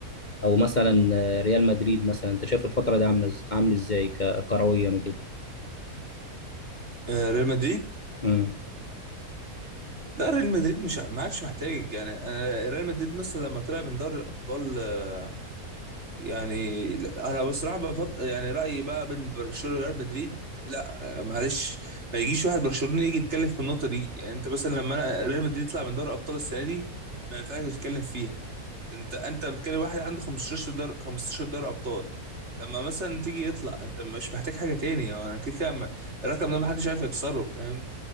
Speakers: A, on the left (about 30°); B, on the right (about 45°).
A: او مثلا آه، ريال مدريد مثلا انت شايف الفتره دي عامله إز- عامل ازاي ك- كرويا وكده
B: آه، ريال مدريد
A: مم.
B: لا ريال مدريد مش ما عادش محتاج يعني آه، ريال مدريد مثلا لما طلع من دوري الابطال آه، يعني لا، انا بصراحه بفضل يعني رايي بقى بين برشلونه وريال مدريد لا آه، معلش ما يجيش واحد برشلوني يجي يتكلم في النقطه دي يعني انت مثلا لما انا ريال مدريد يطلع من دوري الابطال السنه دي ما ينفعش يتكلم فيها انت انت بتكلم واحد عنده 15 دار 15 دار ابطال لما مثلا تيجي يطلع انت مش محتاج حاجه تاني هو انا كده كده م- الرقم ده محدش عارف يكسره فاهم